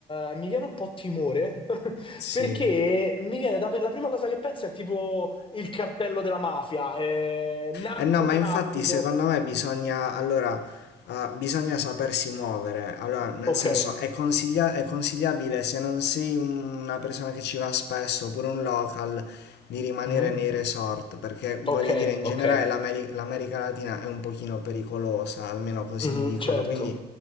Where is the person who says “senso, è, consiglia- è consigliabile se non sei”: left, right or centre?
Left